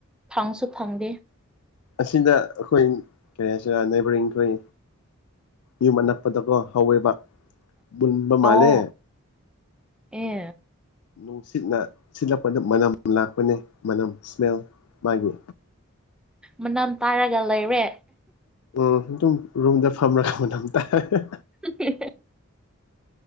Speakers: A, in the centre; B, on the left.
A: ꯐꯪꯁꯨ ꯐꯪꯗꯦ
B: ꯑꯁꯤꯗ ꯑꯩꯈꯣꯏ ꯀꯔꯤ ꯍꯥꯏꯁꯤꯔ ꯅꯦꯕꯔꯤꯡꯈꯣꯏ ꯌꯨꯝ ꯑꯅꯛꯄꯗꯀꯣ ꯍꯧꯋꯦꯕ ꯃꯟꯕ ꯃꯥꯂꯦ
A: ꯑꯥꯎ ꯑꯦ
B: ꯅꯨꯡꯁꯤꯠꯅ ꯁꯤꯠꯂꯛꯄꯗ ꯃꯅꯝ ꯂꯥꯛꯄꯅꯤ ꯃꯅꯝ ꯏꯁꯃꯦꯜ ꯃꯥꯒꯤ
A: ꯃꯅꯝ ꯇꯥꯔꯒ ꯂꯩꯔꯦ
B: ꯎꯝ ꯑꯗꯨꯝ ꯔꯨꯝꯗ ꯐꯝꯔꯒ ꯃꯅꯝ ꯇꯥꯏꯌꯦ
A: <unintelligible>